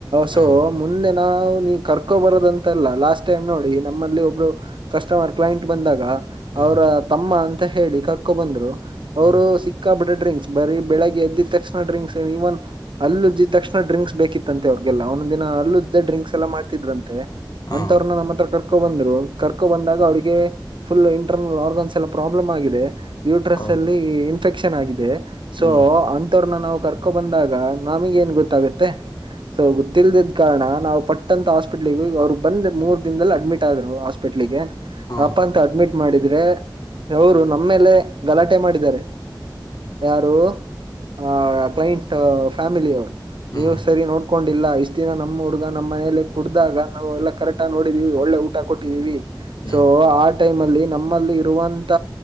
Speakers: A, on the right; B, on the left.
A: ಸೊ
B: ಹಾ
A: ಮುಂದೆ ನಾ ನೀವು್ ಕರ್ಕೋ ಬರೋದಂತಲ್ಲ ಲಾಸ್ಟ್ ಟೈಮ್ ನೋಡಿ ನಮ್ಮಲ್ಲಿ ಒಬ್ರು ಕಸ್ಟಮರ್ ಕ್ಲೈಂಟ್ ಬಂದಾಗ
B: ಹ್ಮ್
A: ಅವರ ತಮ್ಮ ಅಂತ ಹೇಳಿ ಕಕ್ಕೋ ಬಂದ್ರು ಅವರು
B: ಹ್ಮ್
A: ಸಿಕ್ಕಾ ಪಟ್ಟೆ ಡ್ರಿಂಕ್ಸ್ ಬರೀ ಬೆಳಗ್ ಎದ್ದಿದ ತಕ್ಷಣ ಡ್ರಿಂಕ್ಸ್ ಇವನ್ ಅಲ್ಲು ಜಿ ತಕ್ಷಣ ಡ್ರಿಂಕ್ಸ್ ಬೇಕಿತ್ತಂತೆ ಅವ್ರಗೆಲ್ಲ ಒಂದೊಂದ ದಿನ ಅಲ್ಲ್ದ ಡ್ರಿಕ್ಸ್ ಎಲ್ಲ ಮಾಡ್ತಿದ್ರಂತೆ
B: ಹಾ
A: ಅಂತವ್ರನ್ನ ನಮ್ಮ ಹತ್ರ ಕರ್ಕೊ ಬಂದ್ರು ಕರ್ಕೋ ಬಂದಾಗ ಅವ್ರಿಗೆ ಫುಲ್ ಇಂಟರ್ನಲ್ ಆರ್ಗನ್ಸ್ ಎಲ್ಲ ಪ್ರಾಬ್ಲಮ್ ಆಗಿದೆ ಯೂಟ್ರಸ್
B: ಹೌದು
A: ಅಲ್ಲಿ ಇನ್ಫೆಕ್ಷನ್ ಆಗಿದೆ ಸೊ
B: ಹ್ಮ್
A: ಅಂಥವ್ರನ್ನ ನಾವು ಕರ್ಕೊ ಬಂದಾಗ ನಮಗ ಏನ್ ಗೊತ್ತಾಗತ್ತೆ ಸೊ ಗೊತ್ತಿಲ್ದದ್ ಕಾರಣ ನಾವು ಪಟ್ಟಂತ ಹಾಸ್ಪಿಟ್ಲ್ಗ ಅವ್ರು ಬಂದ್ ಮೂರ್ ದಿನದಲ್ಲಿ ಅಡ್ಮಿಟ್ ಆದ್ರು ಹಾಸ್ಪಿಟ್ಲಿಗೆ
B: ಹಾ
A: ಅಪ್ಪ ಅಂತ ಅಡ್ಮಿಟ್ ಮಾಡಿದ್ರೆ ಅವರು ನಮ್ಮೇಲೆ ಗಲಾಟೆ ಮಾಡಿದ್ದಾರೆ ಯಾರು ಆ ಕ್ಲೈಂಟ್ ಫ್ಯಾಮಿಲ ಅವರು
B: ಹ್ಮ್
A: ನೀವು ಸರಿ ನೋಡ್ ಕಕೊಂಡಿಲ್ಲ ಇಷ್ಟ್ ದಿನ ನಮ್ಮ್ ಹುಡುಗ ನಮ್ಮ್ನೇಲೆ ಕುಡ್ದಾಗ ನಾವು ಎಲ್ಲಾ ಕರೆಕ್ಟ್ ಆಗಿ ನೋಡಿದೀವಿ ಒಳ್ಳೆ ಊಟ ಕೊಟ್ಟಿದೀವಿ
B: ಹ್ಮ್
A: ಸೊ ಆ ಟೈಮ್ ಅಲ್ಲಿ ಲ್ಲಿ ನಮ್ಮಲ್ಲಿ ಇರುವಂತ